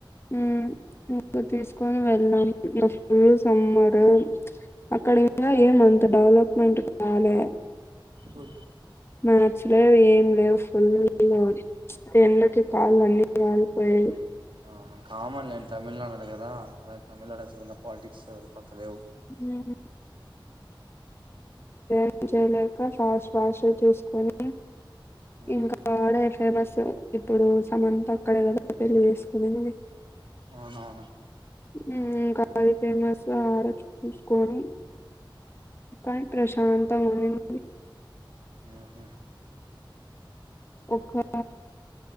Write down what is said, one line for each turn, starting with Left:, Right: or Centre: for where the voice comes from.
Left: ఉమ్ ఇంకా తీసుకొని వెళ్ళాలి మా ఫుల్ సమ్మర్ రూమ్ అక్కడ ఇంకా ఏమంత డెవలప్మెంట్ కాలే
Right: ఓ
Left: మార్చలేవ్ ఏం లేవు <unintelligible> ఎండకి కాళ్ళు అన్ని కాలిపోయాయి
Right: ఉమ్ కామన్ లెన్ తమిళనాడు అన్నాడు కదా కని తమిళనాడు అసలు ఇంగ పాలిటిక్స్ అంతలేవు
Left: ఉమ్ ఎం చేయలేక ఫాస్ట్ ఫాస్ట్ గా చేసుకొని
Right: ఆహా
Left: ఇంకా అడే ఫేమస్ ఇప్పుడు సమంత అక్కడే కదా పెళ్లి చేసుకునింది
Right: అవునవును
Left: ఉమ్ ఇంకా అది ఫేమస్ ఆరుచు చూసుకొని కానీ ప్రశాంతంగా ఉండింది
Right: ఉహు
Left: ఒక్కా